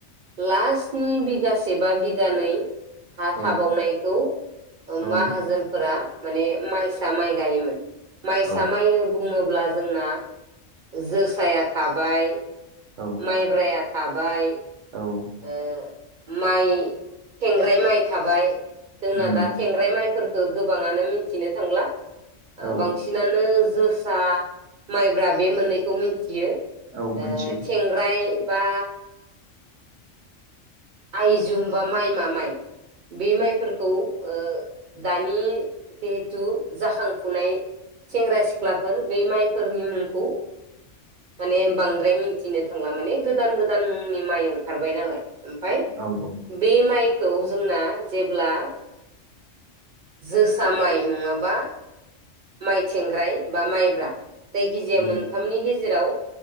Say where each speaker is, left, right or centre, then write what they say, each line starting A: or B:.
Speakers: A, on the right; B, on the right.
A: लास्टनि बिगासे बा बिगानै हा
B: औ
A: थाबावनायखौ
B: औ
A: माहाजोनफोरा माने माइसा माइ गायोमोन। माइ
B: औ
A: सा माय बु बुङोब्ला जोंना जोसाया थाबाय
B: औ
A: माइब्राया थाबाय।
B: औ
A: ओ। माइ थेंग्राय माइ थाबाय जोंना
B: उम
A: दा थेंग्राय माइ फोरखो गोबाङानो मिथिनो थांला।
B: औ
A: बांसिनानो जोसा माइब्रा बे मोननैखौ मिथियो। ओ
B: औ मिथियो
A: थेंग्राय बा आइजुम बा माइ मा माइ बे माइफोरखौ ओ दानि जिहेथु जाखांफुनाय सेंग्रा सिख्लाफोर बै माइफोरनि मुंखौ माने बांद्राय मिथिनो थांला माने गोदान गोदान मुंनि माइ ओंखारबाय नालाय। ओमफाय
B: औ औ
A: बे माइख खौ जोंना जेब्ला जोसा माइ नङाबा माइ थेंग्राय बा माइब्रा जायखिजाया
B: औ
A: मोनथामनि गेजे जेराव